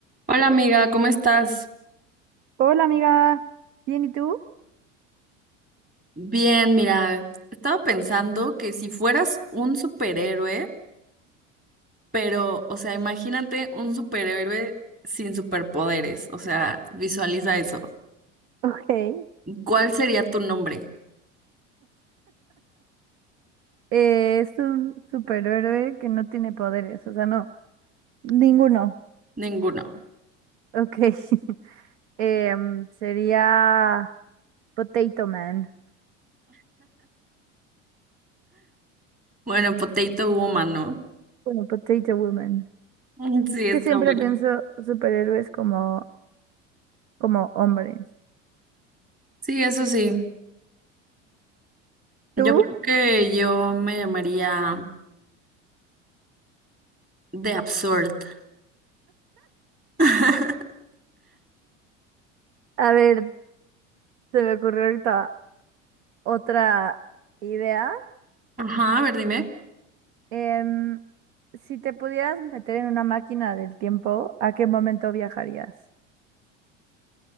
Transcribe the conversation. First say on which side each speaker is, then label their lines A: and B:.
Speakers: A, on the right; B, on the right.
A: Hola amiga, ¿cómo estás?
B: Hola amiga, Bien, ¿y tú?
A: Bien, mira, estaba pensando que si fueras un superhéroe, pero, o sea, imagínate un superhéroe sin superpoderes, o sea, visualiza eso.
B: <laughs> ok.
A: ¿Cuál sería tu nombre?
B: Eh, es un superhéroe que no tiene poderes, o sea, no. Ninguno.
A: Ninguno.
B: Ok. <laughs> Em, sería Potato Man,
A: Bueno, Potato Woman, ¿no? <laughs>
B: bueno, Potato Woman.
A: Mm, Sí, está
B: Que siempre
A: bueno.
B: pienso superhéroes como, como hombres.
A: Sí, eso sí. Yo
B: ¿Tú?
A: creo que yo me llamaría The Absurd. <laughs>
B: A ver, se me ocurrió ahorita otra idea.
A: Ajá, a ver, dime.
B: Em, si te pudieras meter en una máquina del tiempo, ¿a qué momento viajarías?